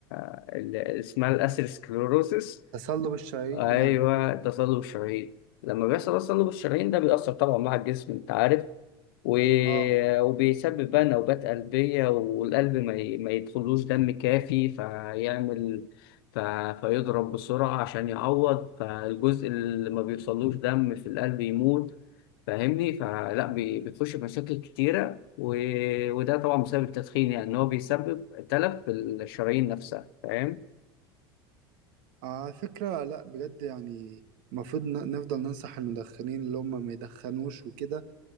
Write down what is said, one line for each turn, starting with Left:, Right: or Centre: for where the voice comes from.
Left: ال... اسمها الاسيروسكليروسيس
Right: تصلب الشرايين
Left: ايوه
Right: يعني
Left: تصلب الشرايين لما بيحصل تصلب الشرايين ده بيأثر طبعا مع الجسم انت عارف و...
Right: اه
Left: وبيسبب بقى نوبات قلبية والقلب ما, ي... ما يدخلوش دم كافي فيعمل ف... فيضرب بسرعة عشان يعوض فالجزء اللي ما بيوصلوش دم في القلب يموت فاهمني فلا بي... بتخش في مشاكل كتيرة و... وده طبعا بسبب التدخين يعني إن هو بيسبب تلف في الشرايين نفسها فاهم
Right: آه، على فكرة لا بجد يعني المفروض ن- نفضل ننصح المدخنين اللي هم ما يدخنوش وكده